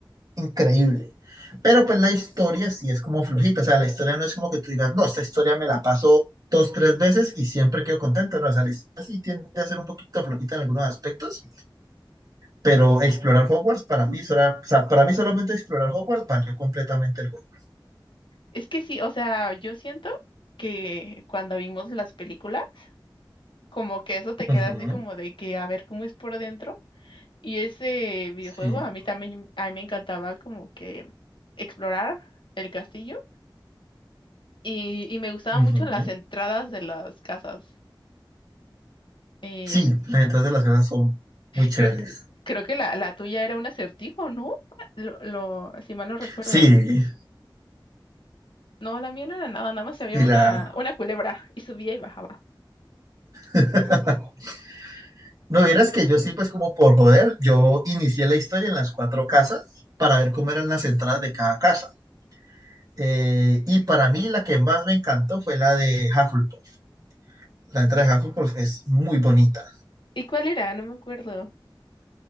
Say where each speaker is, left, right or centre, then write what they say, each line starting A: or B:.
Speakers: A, on the right; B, on the left.
A: increíble. Pero pues la historia sí es como flojita. O sea, la historia no es como que tú digas, no, esta historia me la paso dos, tres veces y siempre quedo contento. No, o sea, la historia sí tiende a ser un poquito flojita en algunos aspectos, pero explorar Hogwarts para mí, sola- o sea, para mí solamente explorar Hogwarts valió completamente el juego.
B: Es que sí, o sea, yo siento que cuando vimos las películas, como que eso te
A: Ujú,
B: queda así como de que a ver cómo es por dentro. Y ese videojuego
A: sí.
B: a mí también, a mí me encantaba como que explorar el castillo y, y me gustaban
A: ujú.
B: mucho las entradas de las casas. Eh,
A: Sí, las entradas de las casas son muy chéveres.
B: creo que, creo que la, la tuya era un acertijo, ¿no? Lo, lo, si mal no recuerdo.
A: Sí,
B: No, la mía no era nada, nada más había
A: y
B: una,
A: la...
B: una culebra y subía y bajaba.
A: <laughs> No vieras que yo sí, pues como por joder, yo inicié la historia en las cuatro casas para ver cómo eran las entradas de cada casa. Eh, y para mí la que más me encantó fue la de Hufflepuff. La entrada
B: ¿Y,
A: de Hufflepuff es muy bonita.
B: y cuál era? No me acuerdo.